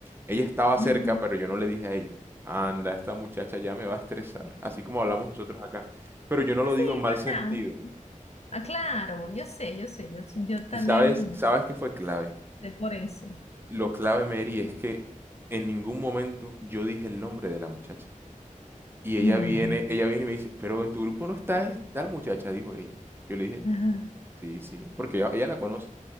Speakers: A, on the right; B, on the left.
A: ella estaba cerca,
B: Ujú.
A: pero yo no le dije a ella, anda, esta muchacha ya me va a estresar, así como hablamos nosotros acá. Pero yo no
B: Pues
A: lo
B: Sí,
A: digo en mal
B: o
A: sentido.
B: sea, un- ah, claro, yo sé, yo sé, yo, yo también
A: Y sabes, sabes qué fue clave.
B: sé por eso.
A: Lo clave, Mary, es que en ningún momento yo dije el nombre de la muchacha. Y ella
B: Me Imagino.
A: viene, ella viene y me dice, pero en tu grupo no está es- tal muchacha, dijo ella. Yo le dije,
B: Ajá,
A: sí, sí, porque ella, ella la conoce.